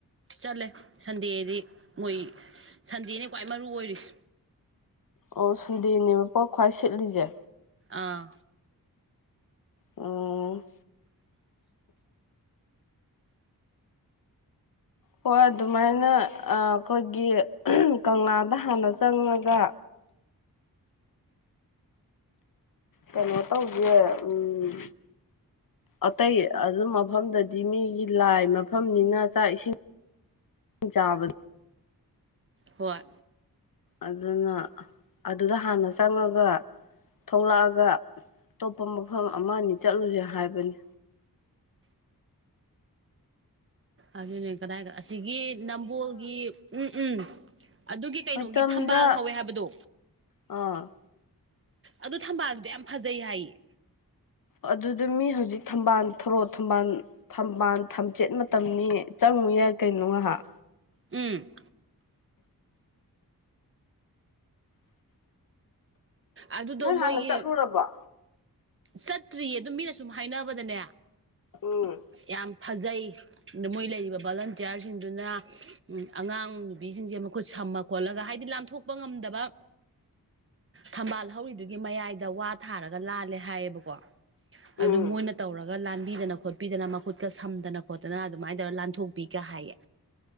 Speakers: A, on the right (about 35°); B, on the left (about 65°).
A: ꯆꯠꯂꯦ ꯁꯟꯗꯦꯗꯤ ꯃꯣꯏ ꯁꯟꯗꯦꯅꯤ ꯈ꯭ꯋꯥꯏ ꯃꯔꯨ ꯑꯣꯏꯔꯤꯁꯦ
B: ꯑꯣ ꯁꯟꯗꯦꯅꯦꯕ ꯄꯣꯛ ꯈ꯭ꯋꯥꯏ ꯁꯤꯠꯂꯤꯁꯦ
A: ꯑꯥ
B: ꯑ ꯍꯣꯏ ꯑꯗꯨꯃꯥꯏꯅ ꯑꯩꯈꯣꯏꯒꯤ ꯀꯪꯂꯥꯗ ꯍꯥꯟꯅ ꯆꯪꯉꯒ ꯀꯩꯅꯣ ꯇꯧꯒꯦ ꯎꯝ ꯑꯇꯩ ꯑꯗꯨ ꯃꯐꯝꯗꯗꯤ ꯃꯤꯒꯤ ꯂꯥꯏ ꯃꯐꯝꯅꯤꯅ ꯆꯥꯛ ꯏꯁꯤꯡ ꯆꯥꯕ
A: ꯍꯣꯏ
B: ꯑꯗꯨꯅ ꯑꯗꯨꯗ ꯍꯥꯟꯅ ꯆꯪꯉꯒ ꯊꯣꯛꯂꯛꯑꯒ ꯑꯇꯣꯞꯄ ꯃꯐꯝ ꯑꯃꯅꯤ ꯆꯠꯂꯨꯁꯦ ꯍꯥꯏꯕꯅꯤ
A: ꯑꯗꯨꯅꯦ ꯀꯗꯥꯏ ꯑꯁꯤꯒꯤ ꯅꯝꯕꯣꯜꯒꯤ ꯎꯝ ꯎꯝ ꯑꯗꯨꯒꯤ ꯀꯩꯅꯣꯒꯤ
B: ꯃꯩꯇ꯭ꯔꯝꯗ
A: ꯊꯝꯕꯥꯜ ꯍꯧꯋꯦ ꯍꯥꯏꯕꯗꯣ
B: ꯑꯥ
A: ꯑꯗꯨ ꯊꯝꯕꯥꯜꯗꯨꯗꯤ ꯌꯥꯝ ꯐꯖꯩ ꯍꯥꯏꯌꯦ
B: ꯑꯗꯨꯗ ꯃꯤ ꯍꯧꯖꯤꯛ ꯊꯝꯕꯥꯜ ꯊꯧꯣꯔꯣ ꯊꯝꯕꯥꯜ ꯊꯝꯕꯥꯜ ꯊꯝꯆꯦꯠ ꯃꯇꯝꯅꯤ ꯪꯉ ꯌꯥꯏ ꯀꯩꯅꯣ ꯉꯍꯥꯛ
A: ꯎꯝ ꯑꯗꯨꯗꯣ
B: ꯅꯣꯏ ꯍꯥꯟꯅ
A: ꯃꯣꯏꯒꯤ
B: ꯆꯠꯂꯨꯔꯕꯣ
A: ꯆꯠꯇ꯭ꯔꯤꯌꯦ ꯑꯗꯨ ꯃꯤꯅ ꯁꯨꯝ ꯍꯥꯏꯅꯕꯗꯅꯦ
B: ꯎꯝ
A: ꯌꯥꯝ ꯐꯖꯩ ꯑꯗ ꯃꯣꯏ ꯂꯩꯔꯤꯕ ꯚꯣꯂꯟꯇꯤꯌꯥꯔꯁꯤꯡꯗꯨꯅ ꯑꯉꯥꯡ ꯅꯨꯕꯤꯁꯤꯡꯁꯦ ꯃꯈꯨꯠ ꯊꯝꯃ ꯈꯣꯠꯂꯒ ꯍꯥꯏꯗꯤ ꯂꯥꯟꯊꯣꯛꯄ ꯉꯝꯗꯕ ꯊꯝꯕꯥꯜ ꯍꯧꯔꯤꯗꯨꯒꯤ ꯃꯌꯥꯏꯗ ꯋꯥ ꯊꯥꯔꯒ ꯂꯥꯜꯂꯦ ꯍꯥꯏꯌꯦꯕꯀꯣ ꯀꯣ
B: ꯎꯝ
A: ꯑꯗꯨ ꯃꯣꯏꯅ ꯇꯧꯔꯒ ꯒ ꯂꯥꯟꯕꯤꯗꯅ ꯈꯣꯠꯄꯤꯗꯅ ꯃꯈꯨꯠꯀ ꯁꯝꯗꯅ ꯈꯣꯠꯇꯅ ꯑꯗꯨꯃꯥꯏꯅ ꯇꯧꯔꯒ ꯂꯥꯟꯊꯣꯛꯄꯤ ꯀꯥꯏ